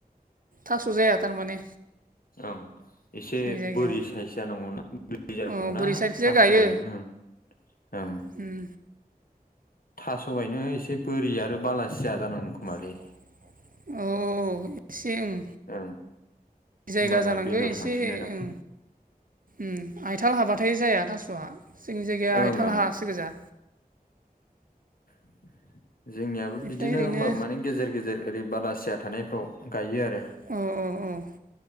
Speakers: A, on the right; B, on the left.
A: थास' जाया थारमाने
B: ओं एसे
A: जोंनि जायगायाव
B: बोरि साइज जानांगौना बोरि जानांगौना
A: औ बोरै साइडखिजाय
B: थास'
A: गायो
B: गायनोबो ओं ओं
A: उम
B: थास' गायनो एसे बोरि आरो बालासिया जानांगौ खोमालै
A: औ औ औ एसे ओं
B: ओं
A: जायगा
B: होमबाना
A: जानांगो
B: बेदर
A: एसे
B: थांसिनोदां
A: ओं उम आयथाल हाबाथाय जाया थास'आ जोंनि जायगाया
B: ओं
A: आइथाल
B: ओं
A: हायासो गोजा
B: <inaudible> जोंनियाबो
A: ओमफ्राय
B: बिदिनो
A: ओरैनो
B: होमबाबो माने गेजेर गेजेर ओरै बालासिया थानायफ्राव गायो आरो
A: अ अ अ